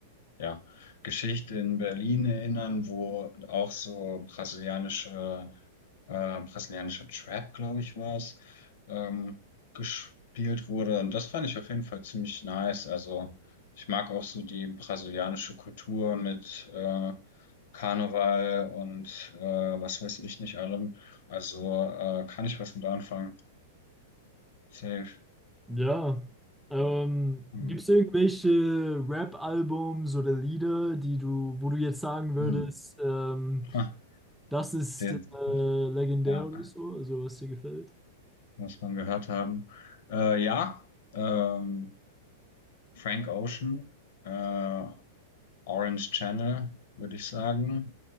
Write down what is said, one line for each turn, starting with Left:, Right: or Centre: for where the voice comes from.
Left: ja, Geschichte in Berlin erinnern, wo auch so brasilianische, äh, brasilianischer Trap, glaube ich, war es, ähm, gespielt wurde. Und das fand ich auf jeden Fall ziemlich nice. Also ich mag auch so die brasilianische Kultur mit äh, Karneval und äh, was weiß ich nicht allem. Also äh, kann ich was mit anfangen. Safe.
Centre: Ja. Ähm,
Left: Hm.
Centre: gibt es irgendwelche Rap-Albums oder Lieder, die du, wo du jetzt sagen würdest,
Left: Hm.
Centre: ähm,
Left: Ha,
Centre: das ist
Left: der,
Centre: äh, legendär
Left: ja.
Centre: oder so, also was dir gefällt?
Left: muss man gehört haben. Äh, ja, ähm, Frank Ocean, äh, Orange Channel, würde ich sagen.